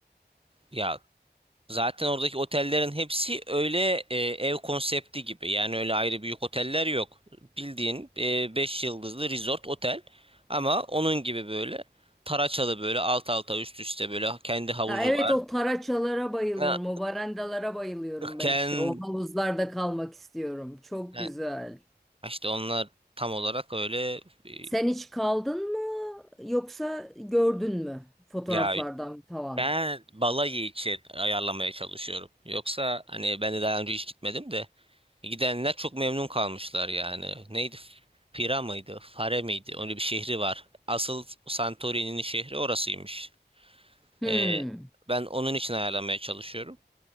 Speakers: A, on the right (about 30°); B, in the centre.
A: Ya zaten oradaki otellerin hepsi öyle e, ev konsepti gibi. Yani öyle ayrı büyük oteller yok. Bildiğin e, 5 yıldızlı resort otel ama onun gibi böyle taraçalı böyle alt alta üst üste böyle kendi havuzu
B: Ha, evet
A: var.
B: o taraçalara bayılıyorum.
A: Ha,
B: O varandalara bayılıyorum
A: Ken
B: ben işte. O havuzlarda kalmak istiyorum. Çok
A: ha,
B: güzel.
A: işte onlar tam olarak öyle e,
B: Sen hiç kaldın mı yoksa gördün mü fotoğraflardan
A: ya
B: falan?
A: ben balayı için ayarlamaya çalışıyorum. Yoksa hani ben de daha önce hiç gitmedim de Gidenler çok memnun kalmışlar yani. Neydi? Pira mıydı? Fare miydi? Öyle bir şehri var. Asıl Santorini'nin şehri orasıymış.
B: Hmm.
A: Ee, ben onun için ayarlamaya çalışıyorum.